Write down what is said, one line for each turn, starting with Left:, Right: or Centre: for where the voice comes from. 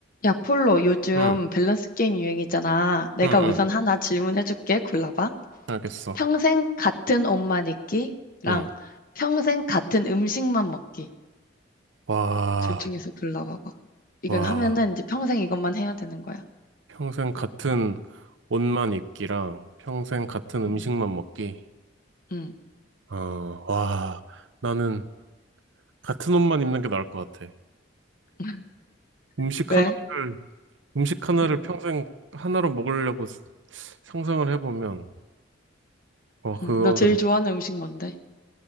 Left: 야, 폴로, 요즘
Right: 응,
Left: 밸런스 게임 유행이잖아. 내가
Right: 응, 응.
Left: 우선 하나 질문해줄게. 골라봐.
Right: 알겠어.
Left: 평생 같은 옷만 입기랑
Right: 응.
Left: 평생 같은 음식만 먹기.
Right: 와,
Left: 둘 중에서 골라봐봐. 이건
Right: 와.
Left: 하면은 이제 평생 이것만 해야 되는 거야.
Right: 평생 같은 옷만 입기랑 평생 같은 음식만
Left: 음,
Right: 먹기.
Left: 음.
Right: 어, 와. 나는 같은 옷만 입는 게 나을 것 같아.
Left: <laughs>
Right: 음식
Left: 왜?
Right: 하나를, 음식 하나를
Left: 음,
Right: 평생 하나로 먹으려고 스- 상상을 해보면, 어, 그거는,
Left: 음. 너 제일 좋아하는 음식 뭔데?